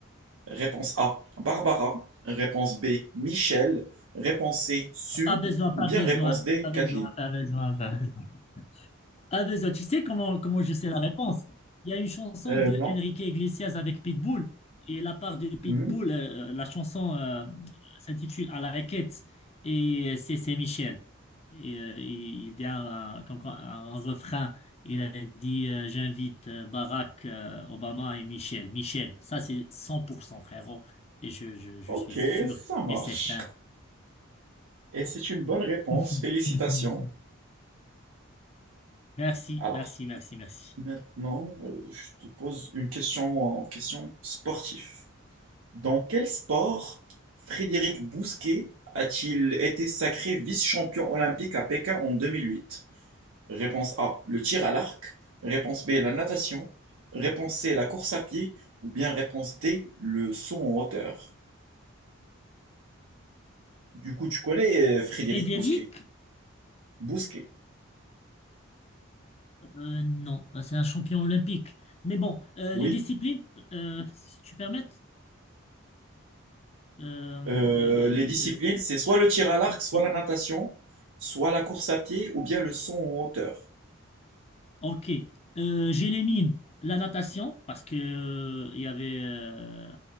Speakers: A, on the right; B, on the left.
A: Réponse A, Barbara. Réponse B, Michelle. Réponse C, Sue.
B: pas besoin, pas
A: Ou bien
B: besoin,
A: réponse D,
B: pas besoin,
A: Kathleen.
B: pas besoin, pas besoin. Ah, ben ça, tu sais comment, comment je sais la réponse. Il y a une chanson
A: Euh,
B: de
A: non.
B: Enrique Iglesias avec Pitbull. Et la part de Pitbull,
A: Mhm.
B: euh, la chanson euh, s'intitule À la quête. Et c'est c'est Michel. Et, euh, il il dit un, un- comme quoi, un refrain. Il a dit euh, J'invite euh, Barack euh, Obama et Michel. Michel, ça c'est 100% frérot. Et je, je, je
A: Ok,
B: suis sûr
A: ça marche.
B: et certain.
A: Et c'est une bonne réponse.
B: <laughs>
A: Félicitations.
B: Merci,
A: Alors,
B: merci, merci, merci.
A: maintenant, euh, je te pose une question en question sportive. Dans quel sport Frédéric Bousquet a-t-il été sacré vice-champion olympique à Pékin en 2008? Réponse A, le tir à l'arc. Réponse B, la natation. Réponse C, la course à pied. Ou bien réponse D, le saut en hauteur. Du coup, tu connais euh, Frédéric
B: Frédéric,
A: Bousquet. Bousquet.
B: Euh, non, euh, c'est un champion olympique. Mais bon, euh,
A: Oui.
B: les disciplines, euh, si tu permets. euh,
A: Euh,
B: les- les-
A: les
B: les-
A: disciplines, c'est soit le tir à l'arc,
B: les-
A: soit la natation, soit la course à pied, ou bien le saut en hauteur.
B: Ok. Euh, j'élimine la natation parce que euh, il y avait euh,